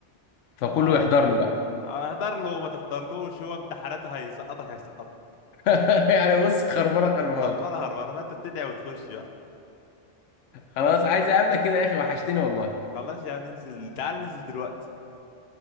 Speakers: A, on the left; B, on the left.
A: فكله
B: ده معروف
A: يحضر له بقى
B: اهدر له ما تحضرلوش هو امتحاناته هيسقطك هيسقطك
A: <laughs> يعني بص خربانه خربانه
B: هربانه هربانه فانت بتدعي وتخش بقى
A: خلاص عايز اقابلك كده يا اخي وحشتني والله
B: خلاص يا عم ننزل تعال ننزل دلوقتي